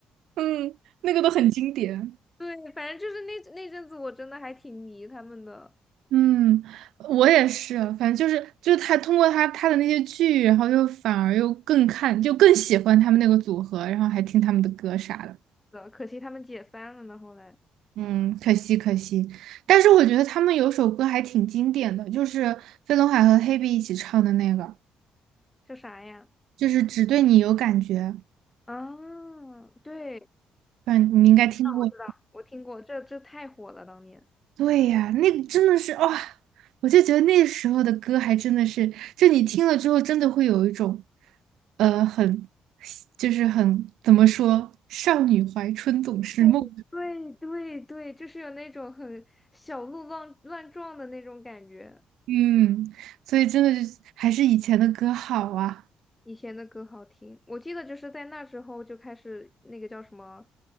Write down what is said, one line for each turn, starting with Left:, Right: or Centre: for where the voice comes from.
Right: 嗯，那个都很经典。
Left: 对，反正就是那那阵子我真的还挺迷他们的，
Right: 嗯，我也是，反正就是就是他通过他他的那些剧，然后又反而又更看，就更喜欢他们那个组合，然后还听他们的歌啥的。
Left: 的，可惜他们解散了呢。后来
Right: 嗯，可惜可惜，但是我觉得他们有首歌还挺经典的，就是飞轮海和黑碧一起唱的那个，
Left: 叫啥呀？
Right: 就是只对你有感觉，
Left: 啊，对，
Right: 嗯，你应该听过。
Left: 那我知道，我听过，这这太火了，当年。
Right: 对呀，那个真的是哇、我就觉得那时候的歌还真的是，就你听了之后，真的会有一种，呃，很，就是很，怎么说，少女怀春总是梦，
Left: 对对对对，就是有那种很小鹿乱乱撞的那种感觉。
Right: 嗯，所以真的就还是以前的歌好啊。
Left: 以前的歌好听，我记得就是在那时候就开始那个叫什么，